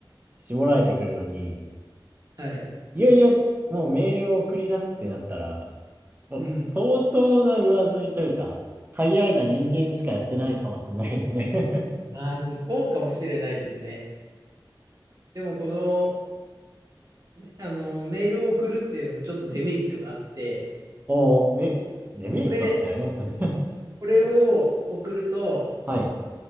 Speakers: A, on the right (about 25°); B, on the right (about 45°).
A: 絞られてくるのに、
B: はい、
A: いよいよ、もうメールを送り出すってなったら、もう相当な上積みというか、
B: うん。
A: 限られた人間しかやってないかもしれないですね
B: ああ、でもそうかもしれないですね。でも、この、あの、メールを送るっていうのもちょっとデメリットがあって、
A: <laughs> おー、え、デメリットなんてあります
B: これ、
A: <laughs>
B: これを送ると、
A: はい。